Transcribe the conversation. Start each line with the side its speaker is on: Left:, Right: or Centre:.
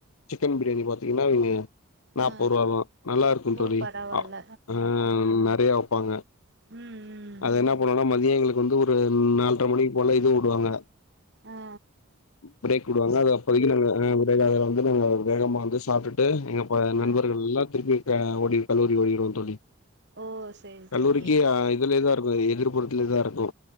Left: சிக்கன் பிரியாணி பாத்தீங்கன்னா இங்க நாப்பது
Right: ஆ
Left: ரூவா தா நல்லா இருக்கு
Right: ஓ
Left: தோழி
Right: பரவால்ல
Left: ஆ அ நெறையா ப்பாங்க
Right: ம் ம்
Left: அது என்ன பண்ணுவோனா மதியோ எங்களுக்கு வந்து ஒரு நால்ர மணி கொலய்து வுடுவாங்க
Right: ஆ
Left: ப்ரேக் வுடுவாங்க அது அப்போதைக்கு நாங்க ஆ <unintelligible> அதுல வந்து நாங்க வேகமா வந்து சாப்ட்டுட்டு எங்க ப நண்பர்கள்
Right: ஆ
Left: எல்லா திருப்பி அ ஓடிட் கல்லூரி ஓடிருவோ தோழி
Right: ஓ செரி
Left: கல்லூரிக்கி
Right: செரி
Left: ஆ இதுலேதா இருக்கு எதிர்ப புதியதா இருக்கு